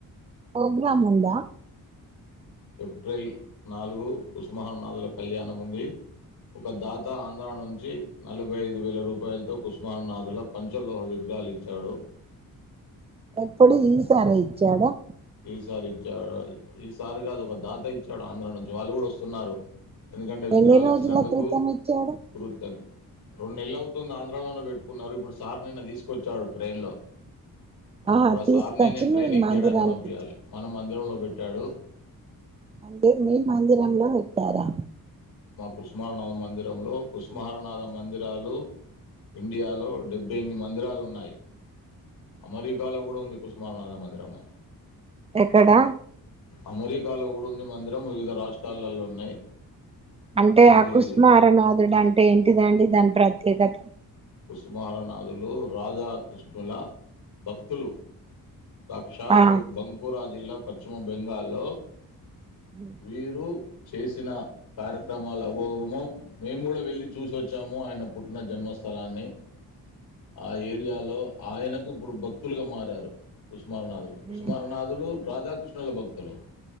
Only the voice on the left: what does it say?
ఏప్రిల్ నాలుగు ఉస్మానాథుల కళ్యాణం ఉంది ఒక దాత ఆంధ్ర నుంచి నలభై ఐదు వేల రూపాయలతో కుసుమానాథుల పంచలోహ విగ్రహాలు ఇచ్చాడు
విసించ ఈ సార్గాద ఒక దాత ఇచ్చాడు ఆంధ్ర నుంచి వాళ్ళు కూడా వస్తున్నారు ఎందుకంటే విగ్రహాలు
ఇచ్చినందుకు
ప త రెండు నెల్లు అవుతుంది ఆంధ్రాలోనే పెట్టుకున్నారు ఇప్పుడు సార్ నిన్న తీసుకొచ్చారు ట్రైన్ లో
ఇప్పుడు ఆ
సార్నే నేను ట్రైన్
ఎక్కియడానికి
పంపింయాలి
మన మందిరంలో పె ట్టాడు
కుసుమహరనాథ మందిరంలో కుసుమహరనాథ మందిరాలు ఇండియాలో డెబ్బై ఎనిమిది మందిరా లు ఉన్నాయి అమరికాలో కూడా ఉంది కుసుమహరనాథ మందిరము
అమెరిక్ కాలో కూడా ఉంది మందిరం వివిధ రాష్ట్రాలలో ఉన్నాయి
ఇది
కుసుమహరనాథులు రాధాక్రిష్ణుల భక్తులు సాక్షాత్
బంకురా జిల్లా పశ్చిమ బెంగాల్ లో
వీరు చేసిన కార్యక్రమాలు అమోఘము మేము కూడా వెళ్ళి చూసొచ్చాము ఆయన పుట్టిన జన్మ స్థలాన్ని ఆ ఏరియాలో ఆయనకు ఇప్పుడు భక్తులుగా మారారు కుసు మారనాథులు
కుుసుమహరనాథులు రాధా క్రిష్ణుల భక్తులు